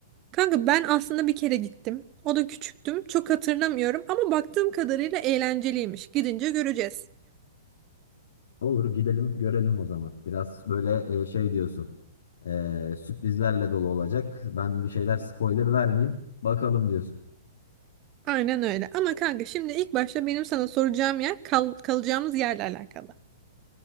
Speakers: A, on the right; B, on the left.
A: kanka ben aslında bir kere gittim. O da küçüktüm. Çok hatırlamıyorum ama baktığım kadarıyla eğlenceliymiş. Gidince göreceğiz.
B: Olur gidelim görelim o zaman. Biraz böyle e, şey diyorsun. E, sürprizlerle dolu olacak. Ben bir şeyler spoiler vermeyeyim. Bakalım diyorsun.
A: Aynen öyle. Ama kanka şimdi ilk başta benim sana soracağım yer kal- kalacağımız yerle alakalı.